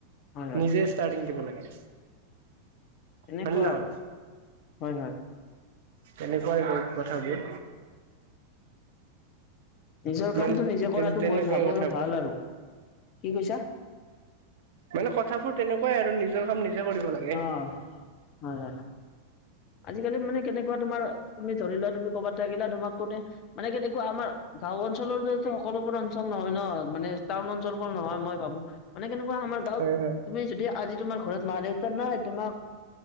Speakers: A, on the left; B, on the right.
A: হয় হয়।
B: নিজেই ষ্টাৰ্টিং দিব লাগে।
A: এনেকুৱা
B: হয় নে নহয়
A: আৰু হয় হয়।
B: তেনেকুৱাই হয় কথাবোৰ।
A: নিজৰ কামটো
B: মানে
A: নিজে
B: তেনেকুৱাই
A: কৰাটো মই ভাবো
B: কথাবোৰ
A: আৰু ভাল আৰু, কি কৈছা?
B: মানে কথাবোৰ তেনেকুৱাই আৰু নিজৰ কাম নিজে কৰিব লাগে।
A: অ হয় হয়। আজিকালি মানে কেনেকুৱা তোমাৰ তুমি ধৰি লোৱা তুমি ক'বাত থাকিলা তোমাক কোনে মানে কেনেকুৱা আমাৰ গাও অঞ্চলৰ যে সকলোবোৰ অঞ্চল নহয় ন মানে টাউন অঞ্চলবোৰ নহয় মই ভাবো। মানে কেনেকুৱা আমাৰ
B: হয়
A: গাঁওত
B: হয়
A: তুমি যদি আজি তোমাৰ ঘৰত মা দেউতা নাই তোমাক